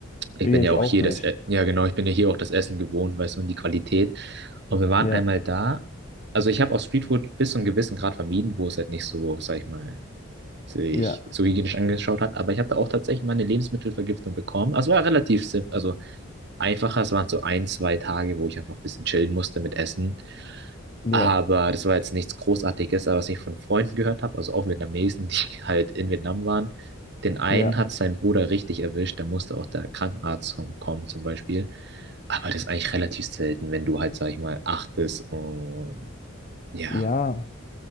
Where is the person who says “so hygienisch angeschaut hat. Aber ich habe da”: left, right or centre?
Right